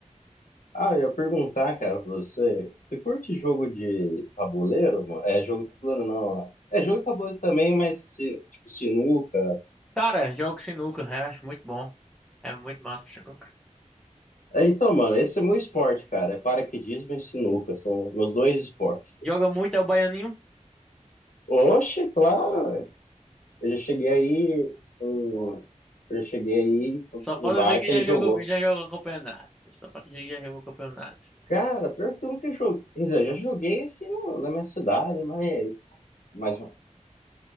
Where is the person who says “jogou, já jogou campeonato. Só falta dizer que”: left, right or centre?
Centre